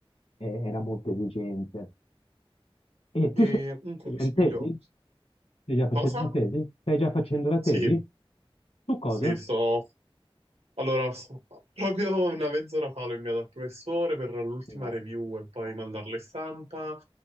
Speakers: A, on the left (about 80°); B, on the right (about 85°).
A: eh, era molto esigente. E tu
B: E
A: sei
B: un consiglio,
A: sei già in tesi? Stai già facendo
B: cosa?
A: la tesi? Stai già facendo la tesi?
B: Sì,
A: Su cosa?
B: sì, sto Allora, so- proprio una mezz'ora fa l'ho inviato al professore per l'ultima
A: No.
B: review e poi mandarle stampa.